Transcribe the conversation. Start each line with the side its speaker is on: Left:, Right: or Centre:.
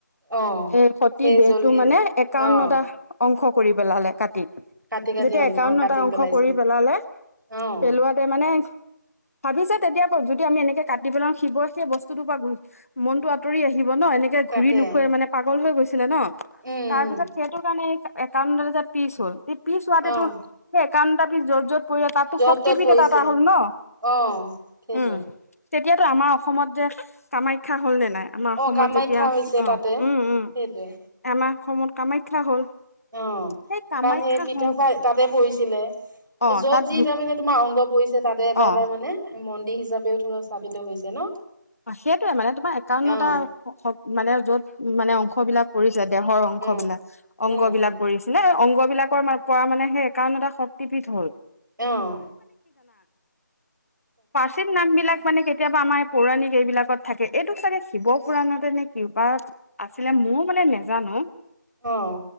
Right: অঁ
Left: এ সতি
Right: সেই
Left: দেহটো
Right: জলি
Left: মানে একাৱন্নটা
Right: অঁ
Left: অংশ কৰি পেলালে কাটি।
Right: কাটি কাটি
Left: যেতিয়া
Right: অংশ
Left: একাউন্ন
Right: কাটি
Left: এটা অংশ
Right: পেলাইছিল
Left: কৰি পেলালে
Right: অঁ
Left: পেলোৱাতে মানে ভাবিছে তেতিয়া যদি আমি এনেকে কাটি পেলাও শিৱই সেই বস্তুটোৰ পৰা মনতটো আতৰি আহিব ব ন এনেকে
Right: তাকে
Left: ঘুৰি নুফুৰে মানে পাগল হৈ গৈছিলে ন,
Right: উম
Left: তাৰ
Right: উম
Left: পিছত সেইটো কাৰণে একাউণ্টটা পিছ হ'ল সেই পিছ হোৱাতে
Right: অঁ
Left: সেই একাউণ্টটা পিছ য'ত য'ত পৰি তাতো
Right: য'ত
Left: শক্তিপীঠ
Right: ত'ত পৰিছে
Left: এটা এটা হ'ল ন
Right: অঁ সেইটোৱে
Left: উম। তেতিয়াটো আমাৰ অসমত যে কামাখ্যা হ'ল নে নাই? আমাৰ অসমত
Right: অঁ কামাখ্যা
Left: যেতিয়া
Right: হৈছে
Left: অ
Right: তাতে
Left: উম-উম
Right: সেইটোৱে
Left: আমাৰ অসমত কামাখ্যা হ'ল।
Right: অ কাৰণ
Left: সেই কামাখ্যা
Right: সেই পৃথক
Left: হ
Right: তাতে পৰিছিলে।
Left: অ
Right: যত
Left: তাত
Right: যি তাৰ মানে তোমাৰ অংগ পৰিছে তাতে এটা
Left: অ
Right: এটা মানে মন্দিৰ হিচাপেও থল স্থাপিত হৈছে ন।
Left: সেইটোৱেই মানে তোমাৰ একাৱন্নটা
Right: অঁ
Left: মানে য'ত মানে অংশ বিলাক পৰিছে দেহৰ অং অংশবিলাক
Right: উম
Left: অংগবিলাক
Right: উম উম
Left: পৰিছিলে, অংগ বিলাকৰ পৰা মানে সেই একাৱন্নটা শক্তিপীঠ হ'ল।
Right: অহ
Left: পাৰ্চিত নামবিলাক মানে কেতিয়াবা আমাৰ পৌৰাণিক এইবিলাকত থাকে। এইটো চাগে শিৱ পুৰাণতে নে কৃপা আছিলে মোৰ মানে নেজানো?
Right: অহ।